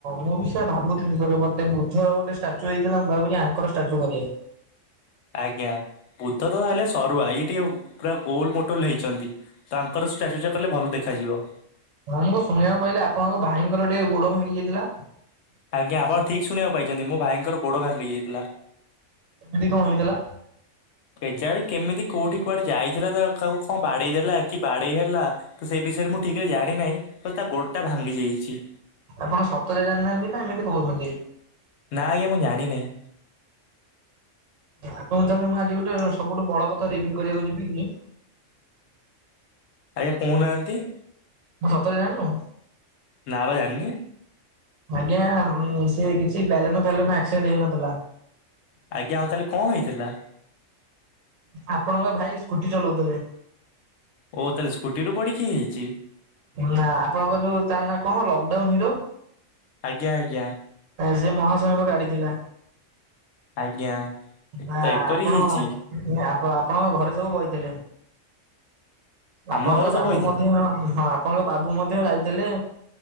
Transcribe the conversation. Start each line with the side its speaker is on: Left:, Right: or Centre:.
Right: ମୁଁ ବି ସେ ଭାବୁଥିଲି ସେରେ ମତେ ବୁଦ୍ଧର ଗୋଟେ ଷ୍ଟାଚୁ ହେଇଥିଲା ମୁଁ ଭାବୁଲି ଆଙ୍କର ଷ୍ଟାଚୁ କରିବେ।
Left: ଆଜ୍ଞା ବୁଦ୍ଧ ତ ହେଲେ ସରୁଆ ଇଏ ଟିକେ ପୁରା ଗୋଲ ମୋଟଲ ହେଇଛନ୍ତି। ତାଙ୍କର ଷ୍ଟାଚଚୁ ଟା କଲେ ଭଲ ଦେଖାଯିବ।
Right: ହଁ ମୁଁ ଶୁଣିବାକୁ ପାଇଲି ଆପଣଙ୍କ ଭାଇଙ୍କର ଟିକେ ଗୋଡ ଭାଙ୍ଗି ଯାଇଥିଲା।
Left: ଆଜ୍ଞା ଆପଣ ଠିକି ଶୁଣିବାକୁ ପାଇଛନ୍ତି ମୋ ଭାଇଙ୍କର ଗୋଡ ଭାଙ୍ଗି ଯାଇଥିଲା।
Right: ଏମିତି କଣ ହେଇଥିଲା।
Left: କେଜାଣି କେମିତି କୋଉଠି କୁଆଡେ ଯାଇଥିଲା ତା କାକୁ କଣ ବାଡେଇ ଦେଲା କି ବାଡେଇ ହେଲା ତ ସେଇ ବିଷୟରେ ମୁଁ ଠିକିରେ ଜାଣିିନାହିଁ ତ ତା ଗୋଡଟା ଭାଙ୍ଗି ଯାଇଛି।
Right: ଆପଣ ସତରେ ଜାଣିନାହାନ୍ତି ନା ଏମିତି କୋହୁଚନ୍ତି।
Left: ନା ଆଜ୍ଞା ମୁଁ ଜାଣିିନହିଁ।
Right: ଆପଣ ତାହେଲେ ମୁଁ ଆଜି ଗୋଟେ ସବୁଠୁ ବଡ କଥା ରିଭିଲି କରିବାକୁ ଯିବିକି।
Left: ଆଜ୍ଞା କୋହୁନାହାନ୍ତି।
Right: କ ସତରେ ଜାଣିନୁ।
Left: ନାଁ ବା ଯାନିନି।
Right: ଆଜ୍ଞା ସେ କିଛି ବେଲୁନୁ ଫେଲୁନୁ ଆସେକ୍ସଡେ ଦେଇନଥିଲା।
Left: ଆଜ୍ଞା ଆଉ ତାହେଲେ କ ହେଇଥିଲା।
Right: ଆପଣଙ୍କ ଭାଇ ସ୍କୁଟି ଚଲଉଥିଲେ।
Left: ଓ ତାହେଲେ ସ୍କୁଟିରୁୁ ପଡିକି ହେଇଛି।
Right: ନା ଆପଣଙ୍କ ଯୋଉ ତା ନାଁ କଣ ଲକଡାଉନ ହିରୋ
Left: ଆଜ୍ଞା ଆଜ୍ଞା।
Right: ସେ ମହାଶୟଙ୍କ ଗାଡି ଥିଲା।
Left: ଆଜ୍ଞା।
Right: ନା
Left: ତ
Right: ଆପଣ
Left: ଏପରି ହେଇଛି।
Right: ଆପ ଆପଣଙ୍କ ଘରେ ସବୁ ବଇଥିଲେ। ଆପଣଙ୍କ
Left: ଆମ ଘରେ ସବୁ
Right: ବାବୁ
Left: ହେଇଥିଲେ
Right: ମଧ୍ୟ ହଁ ଆପଣଙ୍କ ବାବୁ ମଧ୍ୟ ରାଇଥିଲେ